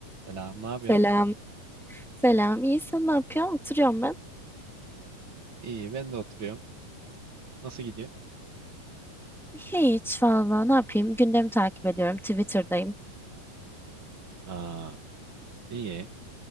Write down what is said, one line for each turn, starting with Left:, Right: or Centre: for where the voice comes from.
Right: Selam, ne yapıyorsun?
Centre: Selam. Selam. İyi sen ne yapıyorsun? Oturuyorum ben.
Right: İyi, ben de oturuyorum. Nasıl gidiyor?
Centre: Hiç valla ne yapayım? Gündemi takip ediyorum. Twitter'dayım.
Right: Aa, iyi.